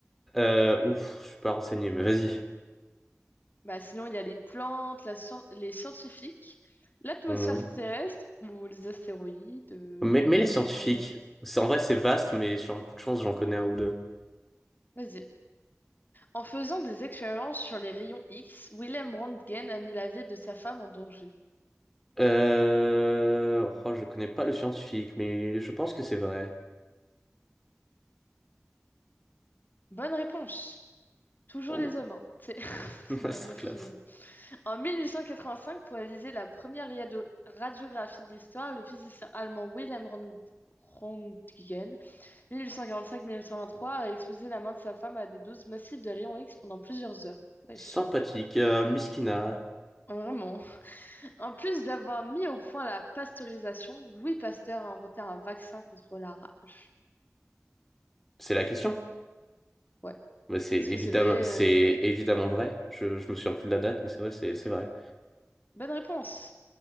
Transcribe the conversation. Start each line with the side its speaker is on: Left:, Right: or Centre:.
Centre: Euh, ouf, je suis pas renseigné, mais vas-y.
Left: Bah, sinon, il y a les plantes, la scien- les scientifiques, l'atmosphère
Centre: Mhm.
Left: terrestre ou les astéroïdes. euh,
Centre: Mais, mais les scientifiques,
Left: les-
Centre: c'est en vrai c'est vaste, mais sur un coup de chance j'en connais un ou deux.
Left: Vas-y. En faisant des expériences sur les rayons X, Willem Röntgen a mis la vie de sa femme en danger.
Centre: Euh... Oh, je connais pas le scientifique, mais je pense que c'est vrai.
Left: Bonne réponse. Toujours
Centre: Oh,
Left: les hommes. hein. C'est <laughs>
Centre: <laughs>
Left: c'est
Centre: masterclass.
Left: la meuf qui... En 1885, pour réaliser la première radio- radiographie de l'histoire, le physicien allemand Willem Röntgen 1845-1923 a exposé la main de sa femme à des doses massives de rayons X pendant plusieurs heures. Wesh.
Centre: Sympathique, euh, Miskina.
Left: Vraiment. <laughs> En plus d'avoir mis au point la pasteurisation, Louis Pasteur a inventé un vaccin contre la rage.
Centre: C'est la question.
Left: Ouais.
Centre: Mais c'est
Left: Est-ce
Centre: évidemment,
Left: que c'est vrai?
Centre: c'est
Left: euh
Centre: évidemment vrai. Je, je me souviens plus de la date, mais c'est vrai, c'est, c'est vrai.
Left: Bonne réponse.